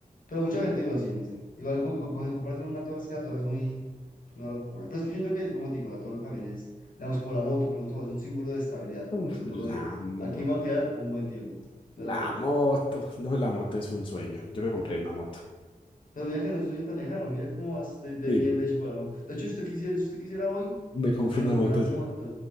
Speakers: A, on the left; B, on the left.
A: Pero mucha gente iba así, no sé. Igual co- co- co- comprarte una torre, es que la torre es muy una locura. Pero es que yo entiendo que, como te digo, la torre también es, digamos, como la moto, como todo, es un símbolo de estabilidad, como
B: Uf,
A: el símbolo
B: la
A: de aquí
B: moto.
A: me voy a quedar un buen tiempo. Pero.
B: La moto. No, la moto es un sueño. Yo me compré una moto.
A: Pero mira que no es un sueño tan lejano, mira cómo vas de, de
B: Sí,
A: bien de hecho para la moto. De hecho, si usted quisiera, si usted quisiera hoy,
B: me compré
A: se puede
B: una
A: comprar
B: moto
A: una moto.
B: ya.